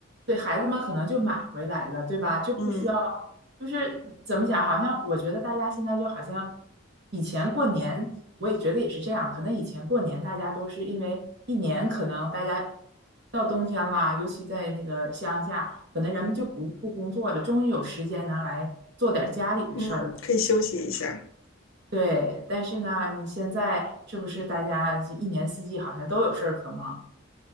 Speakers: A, on the right; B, on the left.
A: 对孩子们可能就买回来了，对吧？就不需要，
B: 嗯
A: 就是怎么讲？好像我觉得大家现在就好像以前过年，我也觉得也是这样。可能以前过年大家都是因为一年可能大家到冬天啦，尤其在那个乡下，可能人们就不不工作了，终于有时间拿来做点家里的事儿了。
B: 嗯，可以休息一下。
A: 对，但是呢，你现在是不是大家一年四季好像都有事儿可忙，